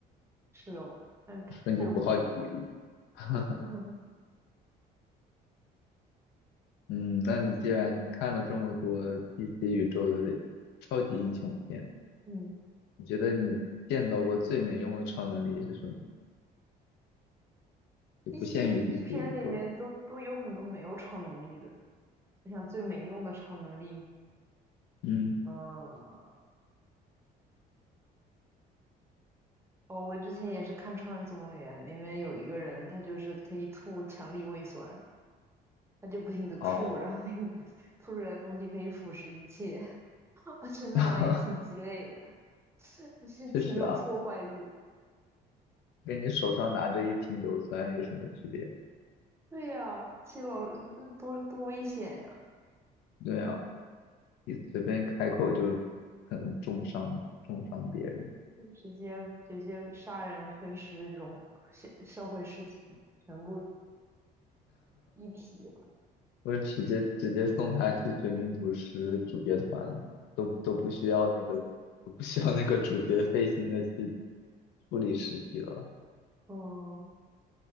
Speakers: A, on the right (about 15°); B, on the left (about 80°).
A: 是哦，但太太无敌了，
B: 瞬移不耗体力。<laughs>
A: <laughs>
B: 嗯，那你既然看了这么多 DC 宇宙的超级英雄片，
A: 嗯。
B: 你觉得你见到过最没用的超能力是什么？就不限于
A: 一些片里面都都有很多没有超能力的，
B: DC 宇宙。
A: 我想最没用的超能力，
B: 嗯，
A: 嗯，哦，我之前也是看《超人总动员》，里面有一个人，他就是可以吐强力胃酸，他就不停的吐，
B: 哦，
A: 然后那个 <laughs> 吐出来的东西可以腐蚀一切。<laughs> 我觉得那玩意儿挺鸡肋的，
B: <laughs>
A: <laughs> 就是挺有破坏力。
B: 确实啊，跟你手上拿着一瓶硫酸有什么区别？
A: 嗯，对呀、其实老多多危险呀、
B: 对啊，你随便开口就可能重伤重伤别人。
A: 就直接直接杀人分尸、融销销毁尸体，全部一体了。
B: 我直接直接送他去《绝命毒师》主角团了都都不需要那个都不需要那个主角费心的去处理尸体了。
A: 嗯。